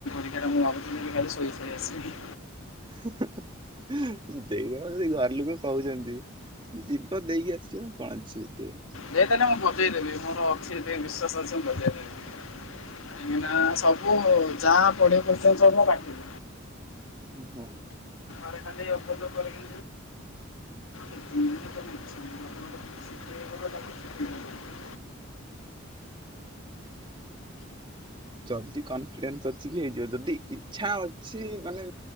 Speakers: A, on the left; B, on the right.
A: ସେଇଟା ମୁଁ ଭାବୁ ଥିଲି କି ଖାଲି ଶୋଇ ଶୋଇ ଆସିିବି।
B: ଦେଇଦିଅ ଯଦି ଘର ଲୋକ କହୁଛନ୍ତି। ଯିବ ଦେଇକି ଆସିବ କଣ ଅଛି ସେଥିରେ।
A: ଦେଇ ଦେଲେ ମୁଁ ବଜେଇଦେବି ମୋର ଅଛି ଏଥି ପାଇଁ ବିଶ୍ୱାସ ଅଛି ମୁଁ ବଜାଇଦେବି। କାହିଁକି ନା ସବୁ ଯାହା ପଢିବ କ୍ୱେଶ୍ଚିନ ସବୁ ମୋ ପାଟିରେ।
B: ଓ ହୋ।
A: ଏ ଖାଲି ଅବେଗ କରିକି ଆଣିଥିଲି <unintelligible> <inaudible>
B: ଯଦି କନଫିଡେନ୍ସ ଅଛି କି ହେଇଯିବ ଯଦି ଇଚ୍ଛା ଅଛି ମାନେ।